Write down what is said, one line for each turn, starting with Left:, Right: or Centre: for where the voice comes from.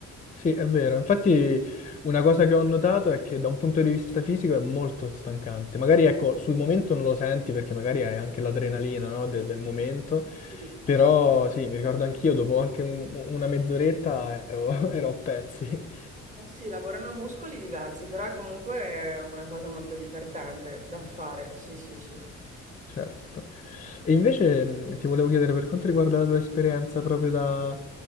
Left: Sì, è vero. Infatti una cosa che ho notato è che da un punto di vista fisico è molto stancante. Magari ecco, sul momento non lo senti perché magari hai anche l'adrenalina, no, de- del momento,
Right: Quindi,
Left: però sì, mi ricordo anch'io, dopo anche un- una mezz'oretta ero, <laughs> ero a pezzi.
Right: eh sì, lavorano muscoli diversi, però è comunque una cosa molto divertente da fare. Sì, sì, sì.
Left: Certo. E invece mh, ti volevo chiedere per quanto riguarda la tua esperienza proprio da,